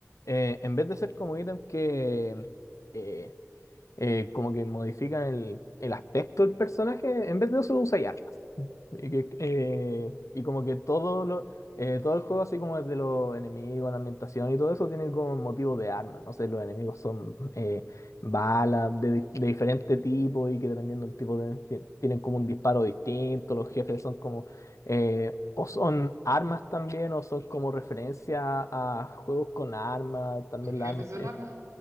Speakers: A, on the left; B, on the right.
A: eh, en vez de ser como ítem que eh, eh, como que modifican el, el aspecto del personaje, en vez de eso lo usáis y, que, eh, y como que todo lo, eh, todo el juego, así como desde los enemigos, la ambientación y todo eso, tiene como motivos de armas. No sé, los enemigos son eh, balas de, di- de diferente tipo y que dependiendo del tipo de- ti- tienen como un disparo distinto. Los jefes son como eh, o son armas también o son como referencia a juegos con armas, también
B: Los jefes
A: las armas.
B: son
A: eh.
B: armas.